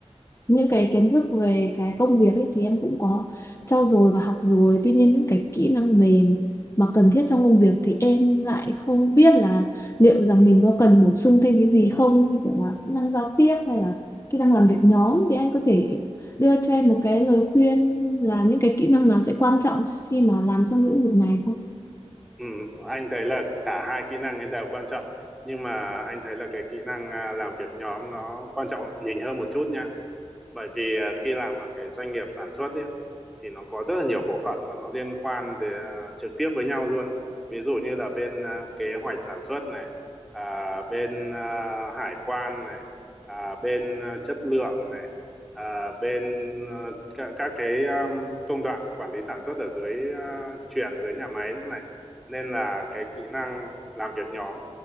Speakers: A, on the left; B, in the centre.
A: những cái kiến thức về cái công việc ấy thì em cũng có trau dồi và học rồi tuy nhiên những cái kỹ năng mềm mà cần thiết trong công việc thì em lại không biết là liệu rằng mình có cần bổ sung thêm cái gì không như kiểu là kỹ năng giao tiếp hay là kỹ năng làm việc nhóm thì anh có thể đưa cho em một cái lời khuyên là những cái kỹ năng nào sẽ quan trọng khi mà làm trong lĩnh vực này không?
B: Ừ, anh thấy là cả hai kỹ năng ấy đều quan trọng nhưng mà anh thấy là cái kỹ năng à, làm việc nhóm nó quan trọng nhìn hơn một chút nha bởi vì à, khi làm ở cái doanh nghiệp sản xuất ấy, thì nó có rất là nhiều bộ phận mà nó liên quan để, à, trực tiếp với nhau luôn ví dụ như là bên à, kế hoạch sản xuất này à, bên à, hải quan này à, bên à, chất lượng này à, bên à, các, các cái um, công đoạn quản lý sản xuất ở dưới à, chuyền dưới nhà máy nữa này nên là cái kỹ năng làm việc nhóm